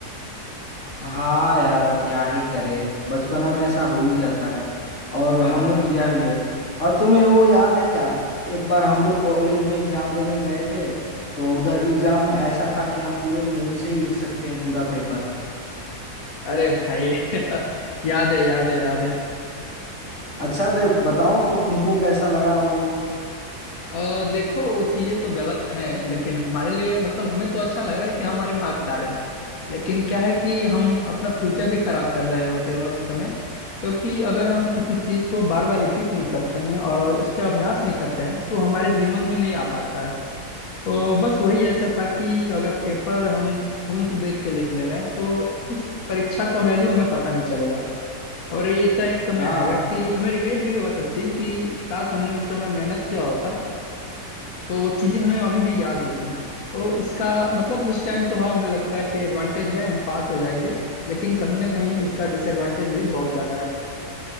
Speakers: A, on the left; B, on the left.
A: हाँ यार अब क्या ही करे बचपना में ऐसा हो ही जाता है और
B: आ,
A: हमने किया भी है और तुम्हें वो याद है क्या कि एक बार हम लोग कॉलेज में एग्जाम देने गए थे तो उधर एग्जाम में ऐसा था कि हम पूरे फोन से ही लिख सकते हैं पूरा पेपर
B: अरे भाई <laughs> याद है याद है याद है
A: अच्छा तो बताओ कुछ तुमको कैसा लगा वो
B: अ, देखो वो चीजें तो गलत हैं लेकिन हमारे लिए मतलब हमें तो अच्छा लग रहा है कि हमारे मार्क्स आ रहे हैं लेकिन क्या है कि हम अपना फ्यूचर भी खराब कर रहे होते हैं उस समय क्योंकि अगर हम किसी चीज को बार बार रिपीट नहीं करते हैं और उस पर अभ्यास नहीं करते हैं तो हमारे जीवन में नहीं आ पाता है तो बस वही ऐसा था कि अगर पेपर हम फोन से देख के लिख ले रहे हैं तो उस परीक्षा का वैल्यू हमें पता नहीं चलेगा और ये ऐसा एक समय
A: हाँ
B: आएगा कि हमें रिग्रेट भी होगा सचिन कि काश हमने उस समय मेहनत किया होता तो वो चीजें हमें अभी भी याद होती हैं। तो इसका मतलब उस टाइम तो हाँ हमें लगता है कि एडवांटेज है हम पास हो जाएंगे लेकिन कहीं ना कहीं इसका डिसएडवांटेज भी बहुत ज्यादा है